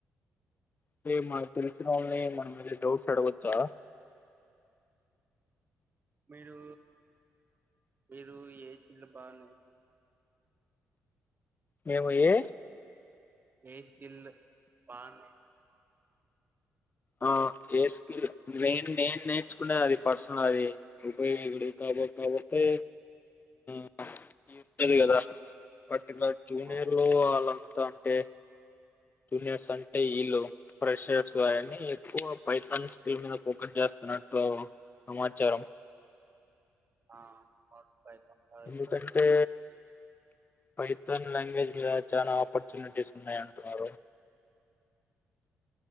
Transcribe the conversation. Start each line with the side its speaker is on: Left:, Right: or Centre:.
Left: అంటే మనకు తెలిసిన వాళ్ళని మన ఏదో డౌట్స్ అడవచ్చా
Right: మీరు మీరు ఏసినవి బావున్నాయి
Left: మేము ఏ
Right: ఏసిల్ పణ
Left: ఆ ఏ స్కిల్ నే నేను నేర్చుకునే అది పర్సనల్ అది ఉపయోగడపడి <unintelligible> ఉండదు కదా బట్ నా జూనియర్
Right: అవును
Left: లో అలా అంటే జూనియర్స్ అంటే వీళ్ళు ఫ్రెషర్స్ కాయని ఎక్కువ పైతాన్ స్కిల్ మీద ఫోకస్ చేస్తున్నట్లు సమాచారం
Right: ఆ బయటంతా అయిపోతాం
Left: ఎందుకంటే పైథాన్ లాంగ్వేజ్ లో చాలా ఆపర్చునిటీస్ ఉన్నాయంటున్నారు